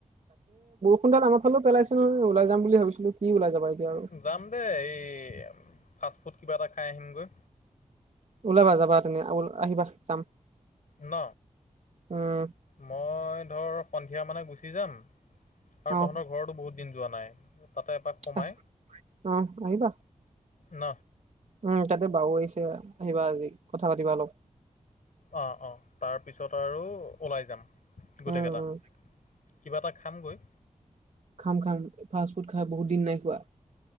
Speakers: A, on the right; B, on the left.
A: সোন তাল আমাৰ ফালে পেলাইছে ন ওলায় যাম বুলি। ভাবিছিলো কি ওলাই যাবা এতিয়া আৰু
B: যাম দেই এই ফাষ্ট ফুড কিবা এটা খাই আহিমগৈ।
A: ওলাবা যাবা তুমি আহিবা চাম।
B: ন।
A: উম।
B: মই ধৰ সন্ধিয়া মানে গুচি যাম আৰু তহঁতৰ
A: অ
B: ঘৰতো বহুত দিন যোৱা নাই। তাতে এপাক সোমাই
A: আহ অ', আহিবা।
B: ন।
A: উম, তাতে বাও আহিছে আহিবা আজি কথা পাতিবা অলপ।
B: অ', অ', তাৰপিছত আৰু ওলাই যাম গোটেই
A: উম
B: কেইটা।
A: উম
B: কিবা এটা খামগৈ।
A: খাম, খাম ফাষ্ট ফুড খাই বহুত দিন নাই খোৱা।